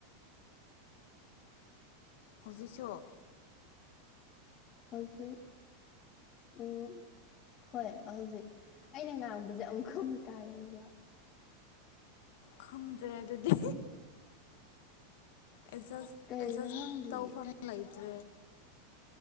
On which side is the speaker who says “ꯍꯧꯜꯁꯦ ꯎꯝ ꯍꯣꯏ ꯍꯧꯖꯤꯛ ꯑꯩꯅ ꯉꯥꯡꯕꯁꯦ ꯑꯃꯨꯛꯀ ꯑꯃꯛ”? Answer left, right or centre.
Left